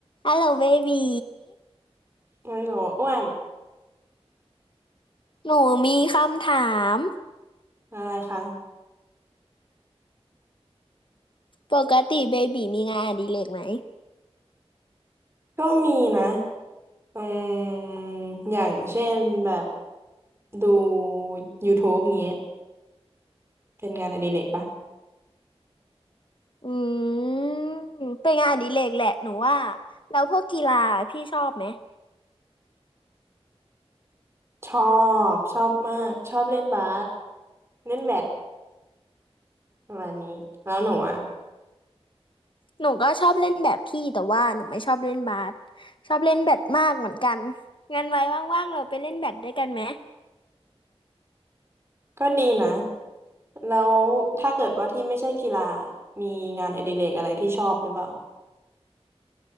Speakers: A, on the left; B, on the right.
A: ฮัลโหลเบบี
B: โอ้โหอ้วน
A: หนูมีคำถาม
B: อะไรคะ
A: ปกติเบบีมีงานอดิเรกไหม
B: ก็มีนะอืมอย่างเช่นแบบดู YouTube เงี้ยเป็นงานอดิเรกปะ
A: อืมเป็นงานอดิเรกแหละหนูว่าแล้วพวกกีฬาพี่ชอบไหม
B: ชอบชอบมากชอบเล่นบาสเล่นแบดประมาณนี้แล้วหนูอ่ะ
A: หนูก็ชอบเล่นแบบพี่แต่ว่าหนูไม่ชอบเล่นบาสชอบเล่นแบดมากเหมือนกันงั้นไว้ว่างๆเราไปเล่นแบดด้วยกันไหม
B: ก็ดีนะแล้วถ้าเกิดว่าที่ไม่ใช่กีฬามีงานอดิเรกอะไรที่ชอบหรือเปล่า